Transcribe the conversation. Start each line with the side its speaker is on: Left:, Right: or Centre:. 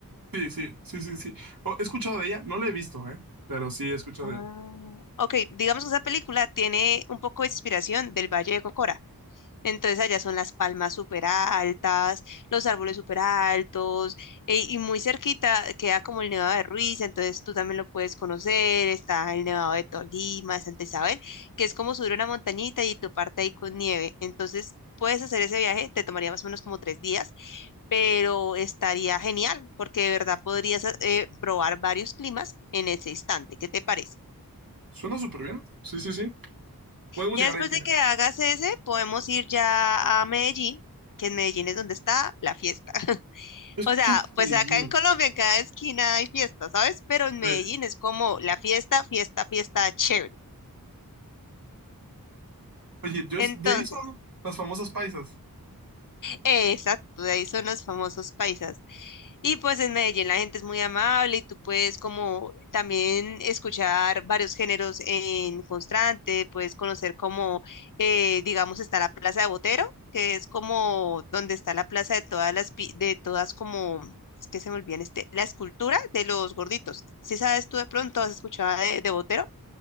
Right: Sí, sí, sí, sí, sí. Oh, he escuchado de ella. No la he visto, ¿eh? Pero sí he escuchado
Left: Ah,
Right: de ella.
Left: Ok, digamos que esa película tiene un poco de inspiración del Valle de Cocora. Entonces allá son las palmas súper altas, los árboles súper altos, e- y muy cerquita queda como el Nevado de Ruiz, entonces tú también lo puedes conocer, está el Nevado de Tolima, de Santa Isabel, que es como subir una montañita y toparte ahí con nieve. Entonces puedes hacer ese viaje, te tomaría más o menos como tres días, pero estaría genial, porque de verdad podrías eh, probar varios climas en ese instante. ¿Qué te parece?
Right: Suena súper bien. Sí, sí, sí. Podemos
Left: Ya
Right: llegar
Left: después
Right: ahí primero.
Left: de que hagas ese, podemos ir ya a Medellín, que en Medellín es donde está la fiesta. <laughs>
Right: He escuchado
Left: O sea,
Right: de
Left: pues
Right: Medellín.
Left: acá en Colombia en cada esquina hay fiesta, ¿sabes? Pero en Medellín
Right: Eh,
Left: es como la fiesta, fiesta, fiesta chévere.
Right: oye, yo
Left: Entonces,
Right: es- de ahí son las famosas paisas.
Left: eh, exacto, de ahí son los famosos paisas. Y pues en Medellín la gente es muy amable y tú puedes como también escuchar varios géneros en constante, puedes conocer como, eh, digamos, está la Plaza de Botero, que es como donde está la plaza de todas las, pi- de todas como, es que se me olvidan este, la escultura de los gorditos. Si sabes tú de pronto, has escuchado de, de Botero.